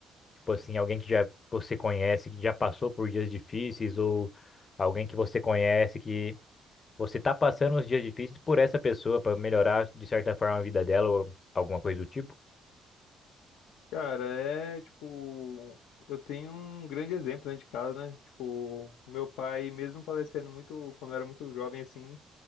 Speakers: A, on the left (about 40°); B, on the left (about 85°).
A: Tipo assim, alguém que já você conhece, que já passou por dias difíceis, ou alguém que você conhece que você tá passando os dias difíceis por essa pessoa para melhorar de certa forma a vida dela ou alguma coisa do tipo?
B: Cara, é tipo, eu tenho um grande exemplo dentro de casa, né? Tipo, meu pai, mesmo falecendo muito, quando eu era muito jovem, assim,